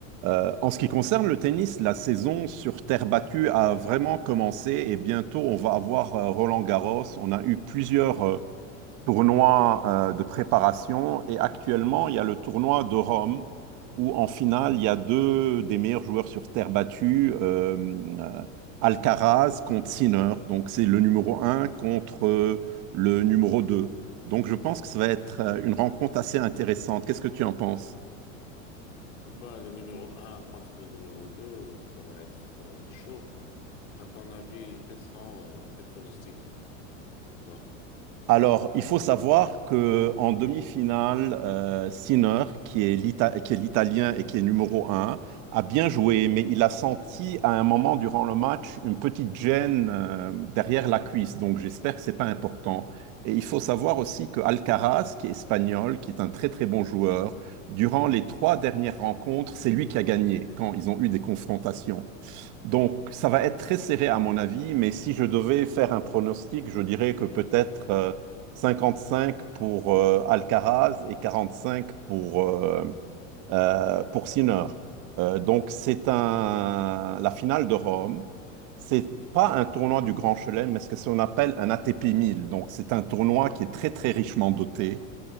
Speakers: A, on the right; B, on the left.
A: Euh, en ce qui concerne le tennis, la saison sur terre battue a vraiment commencé et bientôt on va avoir euh, Roland-Garros. On a eu plusieurs euh, tournois euh, de préparation et actuellement il y a le tournoi de Rome où en finale il y a deux des meilleurs joueurs sur terre battue, euh, euh, Alcaraz contre Sinner. Donc c'est le numéro un contre euh, le numéro 2. Donc je pense que ça va être euh, une rencontre assez intéressante. Qu'est-ce que tu en penses?
B: Bah, le numéro un contre le numéro 2, ça va être euh, chaud. À ton avis, quels sont euh, tes pronostics, toi?
A: Alors, il faut savoir que en demi-finale, euh, Sinner, qui est l'Ita- qui est l'Italien et qui est numéro un, a bien joué, mais il a senti à un moment durant le match une petite gêne euh, derrière la cuisse. Donc, j'espère que c'est pas important. Et il faut savoir aussi que Alcaraz, qui est espagnol, qui est un très très bon joueur, durant les trois dernières rencontres, c'est lui qui a gagné quand ils ont eu des confrontations. Donc, ça va être très serré à mon avis, mais si je devais faire un pronostic, je dirais que peut-être euh, 55 pour euh, Alcaraz et 45 pour, euh, euh, pour Sinner. Euh, donc, c'est un... la finale de Rome. C'est
B: Mhm.
A: pas un tournoi du Grand Chelem, mais ce que qu'on appelle un ATP 1000. Donc, c'est un tournoi qui est très, très richement doté